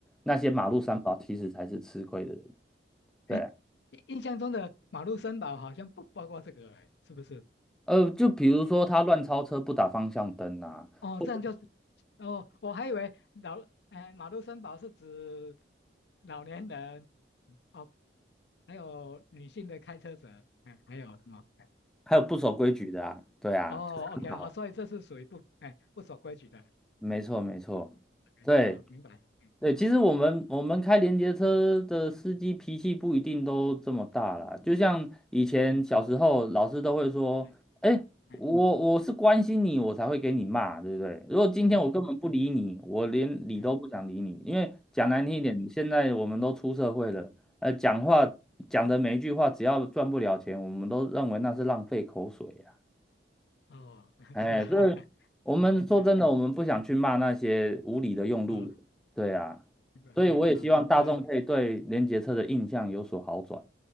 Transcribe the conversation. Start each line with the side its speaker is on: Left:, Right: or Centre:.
Centre: 那些马路三宝其实才是吃亏的人。
Left: 可能 <laughs>
Centre: 对啊
Left: 哎，印印象中的马路森保好像不包括这个，哎，是不是？
Centre: 呃，就比如说他乱超车不打方向灯啊，
Left: 哦，
Centre: 或者
Left: 这样就是，哦，我还以为老，哎，马路三宝是指老年人，哦，还有女性的开车者，哎，还有什么？哎，
Centre: 还有不守规矩的啊，
Left: 哦
Centre: 对啊，
Left: 哦，OK，
Centre: 就是很好
Left: 好，所以这是属于不，哎，不守规矩的
Centre: 没错没错，
Left: ，OK，
Centre: 对
Left: 好，明白，嗯
Centre: 对，其实我们我们开连接车的司机脾气不一定都这么大啦，就像以前小时候老师都会说，
Left: 嗯嗯，对，
Centre: 哎，
Left: 哎，
Centre: 我我是关心你，我才会给你骂，对不对？如果今天我根本不理你，
Left: 是哎是，
Centre: 我连理都不想理你，
Left: 哎
Centre: 因为讲难听一点，
Left: 哎
Centre: 现在我们都出社会了，呃，讲话讲的每一句话，
Left: 是，
Centre: 只要赚不了钱，我们都认为那是浪费口水啊
Left: 哦，<laughs>
Centre: 哎，
Left: 是啊，
Centre: 这，
Left: <laughs>
Centre: 我们说真的，
Left: 哎
Centre: 我们不想去骂那些无理的用路人，
Left: 哦，
Centre: 对啊，
Left: 明白明白啊，
Centre: 所以我也希望大众可以对联结车的印象有所好转。
Left: 所以